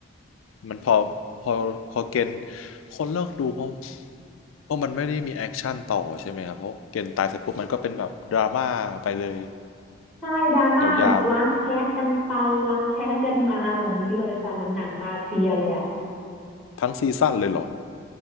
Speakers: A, on the left (about 85°); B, in the centre.
A: มันพอพอพอเกณฑ์คนเลิกดูเพราะเพราะมันไม่ได้มีแอคชั่นต่อใช่ไหมครับเพราะเกณฑ์ตายเสร็จปุ๊บมันก็เป็นแบบดราม่าไปเลย
B: ใช่ดราม่าแบบล้างแค้นกันไปล้างแค้นกันมาแบบนี้เลยค่ะเหมือนหนังมาเฟียเลยอ่ะ
A: ยาวๆทั้งซีซั่นเลยเหรอ